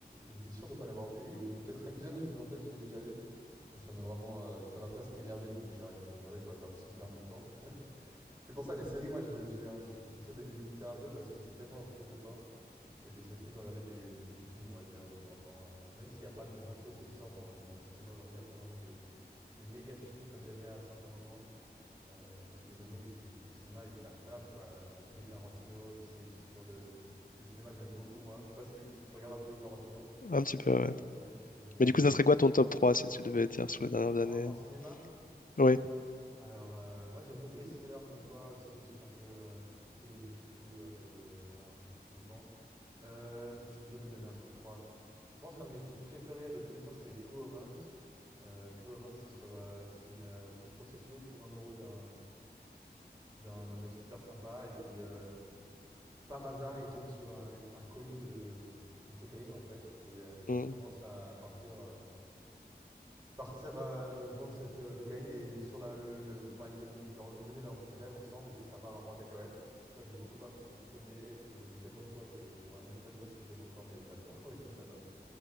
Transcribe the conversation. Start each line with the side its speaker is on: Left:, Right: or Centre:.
Right: j'étais sûr de ne pas l'avoir vu et au bout du quatrième <laughs> épisode, je me dis mais en fait, je l'ai déjà vu. Et ça m'a vraiment, euh, ça m'a presque énervé. Du coup, j'ai arrêté de regarder quoi. J'ai l'impression de perdre mon temps. C'est pour ça les séries, moi, je- j'ai un- j'essaie de les éviter un peu parce que c'est tellement en prise de temps que j'essaie plus de regarder des, des films, on va dire, de temps en temps. euh. Même s'il n'y a pas grand chose qui sort dans, dans le cinéma aujourd'hui, il n'y a pas vraiment de, de méga films comme il y avait à certains moments. Euh, il y a eu des années où il- le cinéma il était incroyable, quoi. Euh, Tous les Tarantino, tous ces, tout ce genre de, de cinéma, j'aime beaucoup, moi. Je sais pas si tu, si tu regardes un peu les Tarantino.
Left: Un petit peu, ouais.
Right: Ouais, ça j'ai bien
Left: Mais
Right: aimé.
Left: du coup, ça serait quoi ton top trois si tu devais dire sur les dernières
Right: En,
Left: années?
Right: en cinéma,
Left: Oui.
Right: alors euh, moi j'aime beaucoup les thrillers comme toi aussi, les trucs un peu euh, psychologiques et tout, un peu, euh, voilà, un peu flippants. Euh, pff, c'est dur de donner un top trois Je pense qu'un de mes films préférés de tous les temps, c'est True Romance. Euh, True Romance, c'est sur euh, c'est une, euh, une prostituée qui tombe amoureuse d'un d'un d'un mec super sympa et puis euh, Par hasard, il tombe sur un, un colis de, de cocaïne en fait et euh,
Left: Mm.
Right: il commence à partir euh, partir euh, vendre cette euh, cocaïne et sur la le, le- le- enfin, ils veulent, ils leur- mener leur vie de rêve ensemble et puis ça part un peu en cacahuète. Ça j'ai beaucoup beaucoup aimé, je l'ai vu tellement de fois que je ne saurais même pas dire si je l'aime encore mais je l'adore. <laughs> Ouais, si je l'adore.